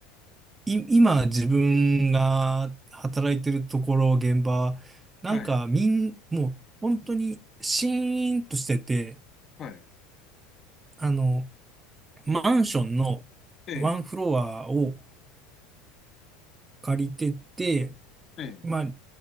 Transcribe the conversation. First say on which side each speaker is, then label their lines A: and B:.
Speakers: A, on the right; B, on the left.
A: い、今自分が働いてるところ、現場、なんかみん、
B: はい、
A: もう本当にシーンとしてて、
B: はい、
A: あの、マンションのワンフロアを
B: ええ、
A: 借りてて、
B: ええ、
A: まあ、